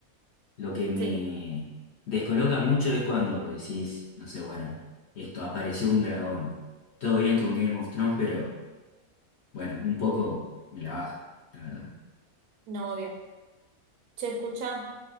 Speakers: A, on the left (about 55°); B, on the right (about 80°).
A: Lo que me
B: sí,
A: descoloca mucho es cuando decís, no sé, bueno, esto apareció un dragón. Todo bien con Game of Thrones, pero bueno, un poco me la baja, la verdad.
B: no, obvio. Che, escuchá,